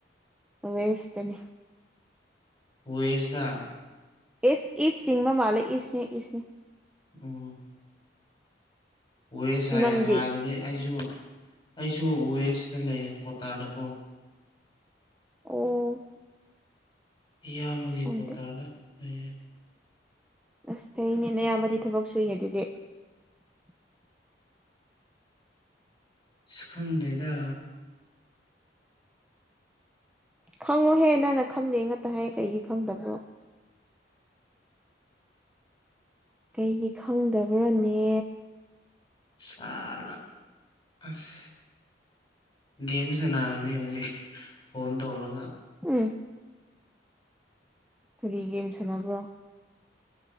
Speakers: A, in the centre; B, on the left.
A: ꯋꯦꯁꯇꯅꯤ꯫
B: ꯋꯦꯁꯗ꯫
A: ꯑꯦ ꯏꯁ ꯁꯤꯡꯃ ꯃꯥꯂ ꯂꯩ ꯏꯁꯅꯦ ꯏꯁꯅꯤ
B: ꯎꯝ꯫ ꯋꯦꯁ ꯍꯥꯏꯔ
A: ꯅꯪꯗꯤ
B: ꯍꯥꯏꯔꯗꯤ ꯑꯩꯁꯨ ꯑꯩꯁꯨ ꯋꯦꯁꯇ ꯂꯩꯌꯦ ꯀꯇꯥꯔꯗꯀꯣ꯫
A: ꯑꯣ꯫
B: ꯏꯌꯥꯝꯕꯒꯤ
A: ꯈꯪꯗꯦ
B: ꯀꯣꯇꯥꯔꯗ ꯂꯩꯌꯦ꯫
A: ꯑꯁ ꯐꯩꯅꯦ ꯅꯌꯥꯝꯕꯗꯤ ꯊꯕꯛ ꯁꯨꯏꯅꯦ ꯑꯗꯨꯗꯤ꯫
B: ꯑꯁ ꯈꯪꯗꯦꯗ
A: ꯈꯪꯉꯣꯍꯦ ꯅꯪꯅ ꯈꯪꯗꯦ ꯉꯥꯛꯇ ꯍꯥꯏꯌꯦ ꯀꯩꯒꯤ ꯈꯪꯗꯕ꯭ꯔꯣ꯫ ꯀꯩꯒꯤ ꯈꯪꯗꯕ꯭ꯔꯅꯦ
B: ꯁꯥꯂ ꯑꯁ ꯒꯦꯝ ꯁꯥꯅꯥꯔꯤꯅꯤ ꯍꯧꯖꯤꯛ ꯐꯣꯟ ꯇꯧꯔꯒ꯫
A: ꯎꯝ꯫ ꯀꯔꯤꯒꯦꯝ ꯁꯥꯟꯅꯕ꯭ꯔꯣ꯫